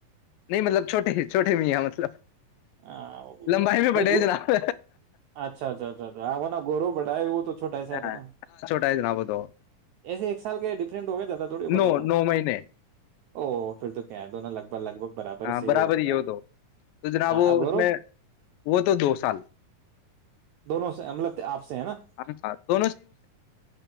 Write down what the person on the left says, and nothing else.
نہیں مطلب چھوٹے چھوٹے بھی یہ مطلب
لمبائی بھی
بڑے ہیں
جناب
ہاں
ہاں چھوٹا ہے جناب وہ دو
نو
نو مہینے
ہاں
برابر
وہ
دو تو وہ
اس میں وہ تو دو سال
ہاں ہ